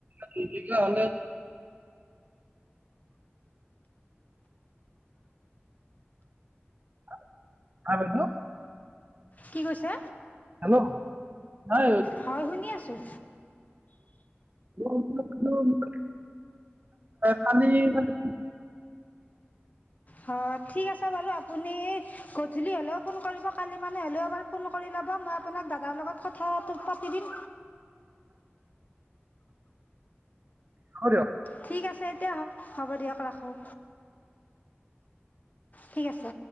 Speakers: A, on the right (about 40°); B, on the left (about 35°).
A: দুই বিঘা হ'লে <unintelligible>
B: কি কৈছে?
A: হেল্ল', নাই
B: হয় শুনি আছোঁ।
A: <unintelligible> কালি <unintelligible>
B: হয়, ঠিক আছে বাৰু আপুনি গধূলি হ'লেও ফোন কৰিব, কালি মানে হ'লেও এবাৰ ফোন কৰি ল'ব। মই আপোনাক দাদাৰ লগত কথাটো পাতি দিম।
A: হ'ব দিয়ক।
B: ঠিক আছে এতিয়া। হ'ব দিয়ক ৰাখোঁ। ঠিক আছে।